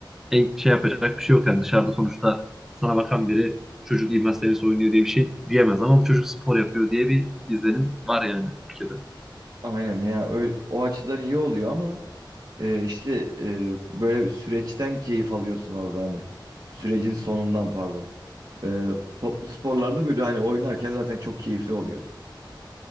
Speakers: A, in the centre; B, on the right.
A: e, şey yapacak bir şey yok yani dışarıda sonuçta sana bakan biri çocuk idman tenisi oynuyor diye bir şey diyemez ama bu çocuk spor yapıyor diye bir izlenim var yani ülkede.
B: Aynen ya öyle, o açıdan iyi oluyor ama e, işte e, böyle bir süreçten keyif alıyorsun orada hani sürecin sonundan pardon. E, toplu sporlarda böyle hani oynarken zaten çok keyifli oluyor.